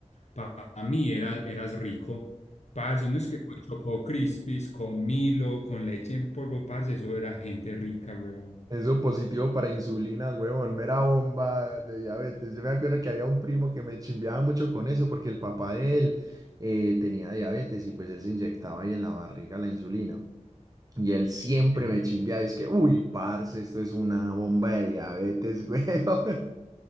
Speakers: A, on the left (about 60°); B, on the right (about 30°).
A: para mí era, eras rico. Parce, uno es que con Choco Crispis, con Milo, con leche en polvo, parce, eso era gente rica, weón.
B: Eso positivo para insulina, huevón, mera bomba de diabetes. Yo me acuerdo que había un primo que me chimbeaba mucho con eso porque el papá de él eh, tenía diabetes y pues él se inyectaba ahí en la barriga la insulina. Y él siempre
A: Sí.
B: me chimbeaba y es que, uy, parce, esto es una bomba de diabetes, <laughs> huevón.